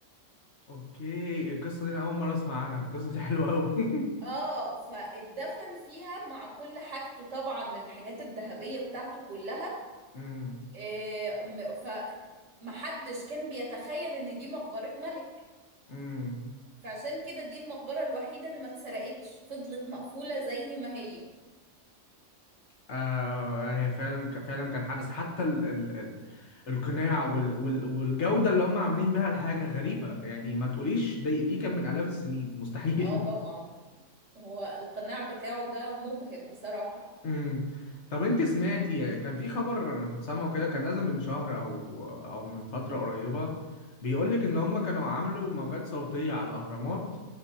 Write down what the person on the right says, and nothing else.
اه فاتدفن فيها مع كل حاجته طبعا الحاجات الذهبية بتاعته كلها
إيه م- فمحدش كان بيتخيل ان دي مقبرة ملك
فعشان كده دي المقبرة الوحيدة اللي ما اتسرقتش فضلت مقفولة زي ما هي
اه طبعا هو القناع بتاعه ده مبهر بصراحة